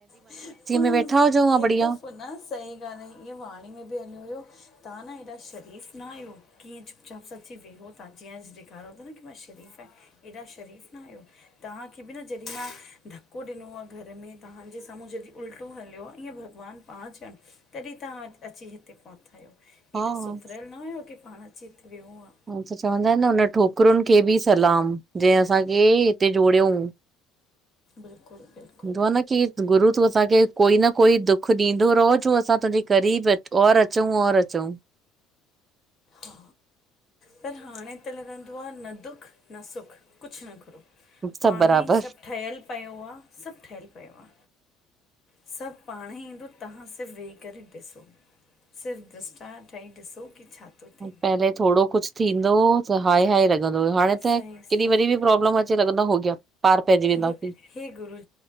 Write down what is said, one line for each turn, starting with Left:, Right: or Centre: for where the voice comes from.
Left: हिकु
Right: में वेठा हुजऊं हा बढ़िया
Left: दफ़ो न सही ॻाल्हि आहे। इअं वाणी में बि हलियो हुयो तव्हां न हेॾा शरीफ़ न आहियो कि इअं चुप चाप सां अची वेहो तां। जीअं ॾेखारो ता न कि मां शरीफ़ आहियां। एॾा शरीफ़ न आहियो। तव्हां खे बि न जे कि मां धक्को ॾिनो आ घर में तव्हांजे साम्हूं जॾहिं उल्टो हलियो आहे ईअं भॻवान पाण चवनि तॾहिं तव्हां अची हिते पहुता आहियो।
Right: हा।
Left: एॾा सुधरियल न हुयव कि पाण अची हिते वेहो हां।
Right: हूं त चवंदा आहिनि हुन ठोकरुनि खे बि सलाम जहिं असां खे हिते जोड़ियऊं।
Left: बिल्कुल बिल्कुल।
Right: हुंदो आ न कि गुरु तूं असांखे कोई न कोई दुख ॾींदो रहो जो असां तुंहिंजे क़रीब और अचऊं और अचऊं।
Left: हा। पर हाणे त लॻंदो आ न दुख न सुख कुछ न घुरो। पाणे
Right: सभु बराबर
Left: ही सभु ठहियल पियो आ। सभु ठहियल पियो आ। सभु पाण ही ईंदो तव्हां सिर्फ़ वेही करे ॾिसो। सिर्फ़ दृष्टान ठही ॾिसो कि छा? थो थिए
Right: पहले थोड़ो कुछ थींदो त हाए हाए लॻंदो हो। हाणे त
Left: सही
Right: केॾी
Left: सही
Right: वॾी बि प्रॉब्लम अचे लॻंदो हो गया। पार पइजी वेंदासी।
Left: गु हे गुरू